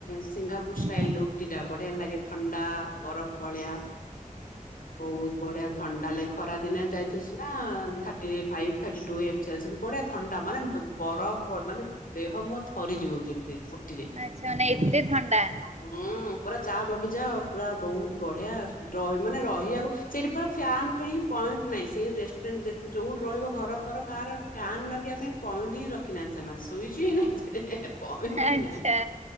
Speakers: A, on the left; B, on the right.
A: ସିଙ୍ଗାପୁର- ଷ୍ଟାଇଲ
B: ହଁ।
A: ଉଟି ଟା ବଢିଆ ଲାଗେ ଥଣ୍ଡା ବରଫ ଭଳିଆ। ବହୁତ ବଢିଆ ଥଣ୍ଡା ଲାଗେ। ଖରା ଦିନିଆ ଯାଇଥିଲୁ ସିନା ଥାଟିଫାଇଭ ଥାଟିଟ୍ୱ ଏଇ ସେଲସିୟସ ବଢିଆ ଥଣ୍ଡା ମାନେ- ବରଫ ମାନେ ଦେହ ମୋ ଥରିଯିବ ଯେମିତି।
B: ଆଚ୍ଛା ମାନେ ଏତେ ଥଣ୍ଡା।
A: ହଁ ପୁରା ଚା ବଗିଚା ପୁରା ବହୁତ ବଢିଆ ରହି ମାନେ ରହିବାକୁ- ସେଇଠି ପ ଫ୍ୟାନ୍ ପାଇଁ ପଏଣ୍ଟ ନାହିଁ ସେଇ ରେଷ୍ଟୁରାଣ୍ଟ ଯେ ଯୋଉଠି ରହିବ ଘର ଫର କାହାର- ଫ୍ୟାନ୍ ଲଗେଇବା ପାଇଁ ପଏଟ ରଖିନାହାନ୍ତି ସେମାନେ ସୁଇଜି ହିଁ ନାଇଁ। ହେ ହେ ପଏଣ୍ଟ ବି
B: ଆଚ୍ଛା
A: ନାହିଁ।